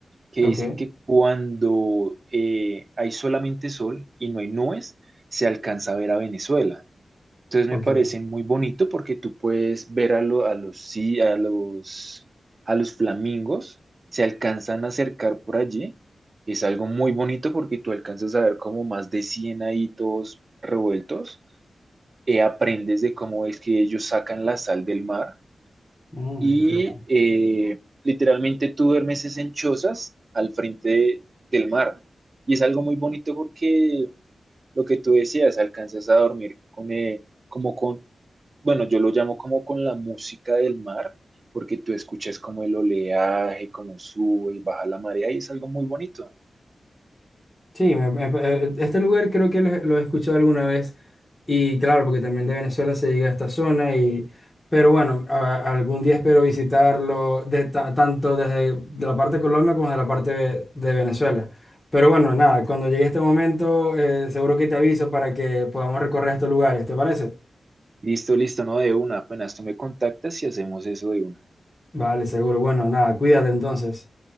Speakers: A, on the right; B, on the left.
A: que
B: Ok,
A: dicen que cuando eh, hay solamente sol y no hay nubes, se alcanza a ver a Venezuela. Entonces
B: ok.
A: me parece muy bonito porque tú puedes ver a, lo- a los, sí, a los, a los flamingos, se alcanzan a acercar por allí. Es algo muy bonito porque tú alcanzas a ver como más de 100 ahí todos revueltos. Eh, aprendes de cómo es que ellos sacan la sal del mar
B: Mm,
A: y
B: interesante.
A: eh, literalmente tú duermes es en chozas al frente de- del mar. Y es algo muy bonito porque lo que tú decías, alcanzas a dormir con, eh, como con, bueno, yo lo llamo como con la música del mar, porque tú escuchas como el oleaje, como sube y baja la marea, y es algo muy bonito.
B: Sí, me- me- eh, este lugar creo que lo, lo he escuchado alguna vez y claro, porque también de Venezuela se llega a esta zona y, pero bueno, a- algún día espero visitarlo de ta- tanto desde de la parte de Colombia como de la parte de, de Venezuela. Pero bueno, nada, cuando llegue este momento eh, seguro que te aviso para que podamos recorrer estos lugares, ¿te parece?
A: Listo, listo, no de una, apenas tú me contactas y hacemos eso de una.
B: Vale, seguro. Bueno, nada, cuídate entonces.